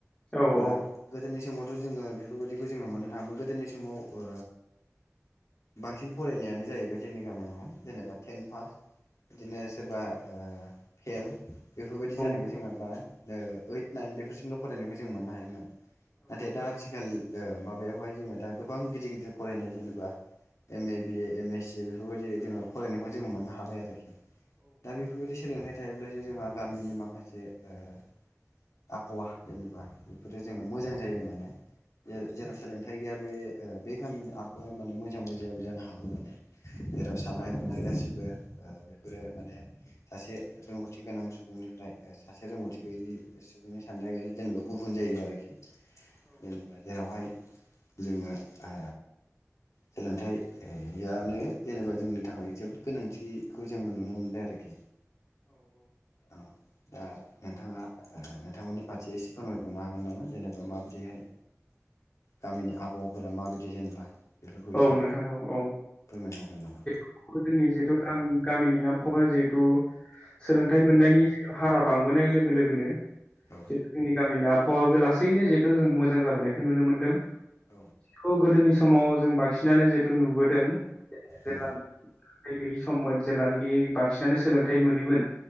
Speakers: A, on the left; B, on the left.
A: औ
B: दा गोदोनि समावथ' जोङो बेफोरबायदिखौ जोङो मोननो थाङामोन गोदोनि समाव ओ बांसिन फरायनायानो जाहैबाय जोंनि गामियावहाय जेनेबा टेन पास बिदिनो सोरबा ओ फेल बेफोरबायदि जानायखौ
A: औ
B: जोङो बा ओ ओइट नाइन बेफोरसिमल' फरायनायखौ जों मोननो हायोमोन नाथाय दा आथिखाल ओ माबायावहाय जोङो दा गोबां गिदिर गिदिर फरायनाय जेनेबा M A B A M S C बेफोरबायदि जोङो फरायनायखौ जोङो मोननो हाबाय आरोखि दा बेफोरबायदि सोलोंथाइ थायोब्लासो जोंहा गामिनि माखासे ओ आबहावा जेनेबा बेफोरो जोङो मोजां जायो माने जे जेराव सोलोंथाय गैया बे ओ बे गामिनि आबहावाया माने मोजांबो जायाबो जानो हागौ माने जेराव साननाय हनाय गासिबो बेफोरो माने सासे रोंगौथि गोनां सुबुंनिफ्राय सासे रोंगौथि थिग बेबादि सुबुंनि साननाया जेनेबा गुबुन जायो आरोखि जेनेबा जेरावहाय जोङो आ सोलोंथायानो जेनेबा जोंनि थाखाय जोबोद गोनांथिखौ जोङो नुनो मोनबाय आरोखि औ दा नोंथाङा नोंथांमोननि फारसे एसे फोरमायबावनो हागोन नामा जेनेबा माबायदिहाय गामिनि आबहावाफोरा माबायदि जेनेबा बेफोरखौ
A: औ
B: एसे
A: नोंथां औ
B: फोरमायनो हागोन नामा
A: जोंनि जिहेतु गामि गामिनि आबहावाया जिहेतु सोलोंथाइ मोननायनि जिथु हारा बांबोनाय लोगो लोगोनो
B: औ
A: <unintelligible> गामि आब हावा लासैनो जिहेथु जों मोजां जाबोनायखौ नुनो मोनदों
B: औ
A: खौ गोदोनि सम समाव जों बांसिनानो जे नुबोदों जेब्ला
B: औ
A: गैयि सममोन जेब्लानोखि बांसिनानो सोलोंथाइ मोनिमोन